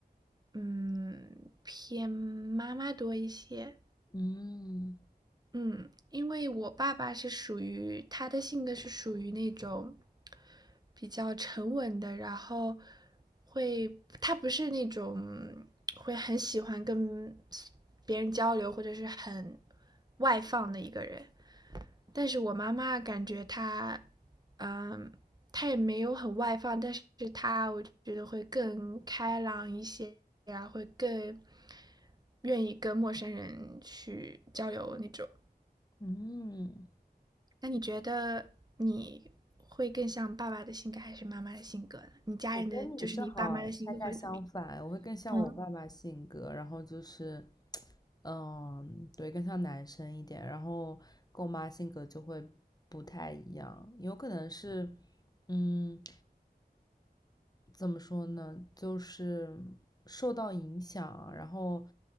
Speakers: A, on the right; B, on the left.
A: 嗯，偏妈妈多一些。
B: 嗯
A: 嗯，因为我爸爸是属于他的性格是属于那种比较沉稳的，然后会他不是那种会很喜欢跟别人交流或者是很外放的一个人。但是我妈妈感觉她，嗯，她也没有很外放，但是她我觉得会更开朗一些呀，会更愿意跟陌生人去交流那种。
B: 嗯，
A: 那你觉得你会更像爸爸的性格还是妈妈的性格呢？你家人的就是你爸妈的性格会怎么样？
B: 我跟你正好恰恰相反，我会更像我爸爸性格，
A: 嗯，
B: 然后就是，嗯，对，更像男生一点，然后跟我妈性格就会不太一样，有可能是，嗯，怎么说呢，就是受到影响，然后